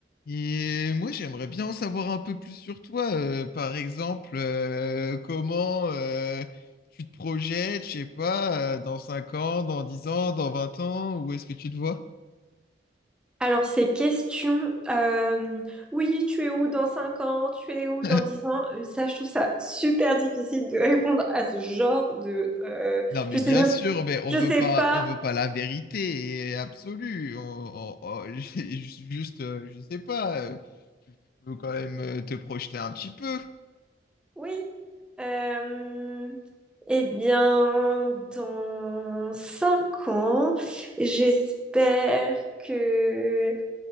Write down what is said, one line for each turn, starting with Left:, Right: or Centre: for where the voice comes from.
Left: Et moi, j'aimerais bien en savoir un peu plus sur toi. euh, par exemple, euh, comment euh, tu te projettes, je sais pas, euh, dans 5 ans, dans 10 ans, dans 20 ans, où est-ce que tu te vois?
Centre: Alors, ces questions, euh, oui, tu es où dans 5 ans, tu es où
Left: <laughs>
Centre: dans 10 ans, euh, ça, je trouve ça super difficile de répondre à ce genre de... euh,
Left: Non, mais
Centre: je sais
Left: bien
Centre: même,
Left: sûr, mais on
Centre: je
Left: veut
Centre: sais
Left: pas,
Centre: pas,
Left: on veut pas la vérité absolue. On- on- on- <laughs> juste, euh, je sais pas, euh, faut quand même euh, te projeter un petit peu.
Centre: oui. Euh, eh bien, dans 5 ans, j'espère que